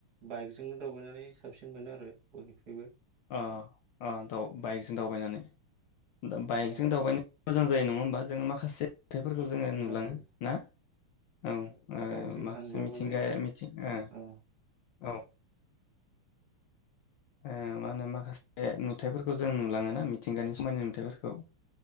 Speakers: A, on the right (about 55°); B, on the left (about 70°).
A: बाइकजोंनो दावबायनानै साबसिन मोनो आरो बयनिख्रुयबो।
B: अ। आनथाव बाइकजों दावबायनानै दा बाइकजों
A: औ
B: दावबायनो मोजां जायो नङा होमबा? जों माखासे नुथायफोरखौ जोङो
A: मोजां
B: नुलाङो
A: जायो
B: ना? औ ओ
A: बाइकजों
B: माखासे
A: थांब्ला
B: मिथिंगाया
A: माने
B: मिथिं ओ
A: औ
B: औ। ओ मा होनो माखासे नुथायफोरखौ जों नुलाङोना मिथिंगानि समायना नुथायफोरखौ।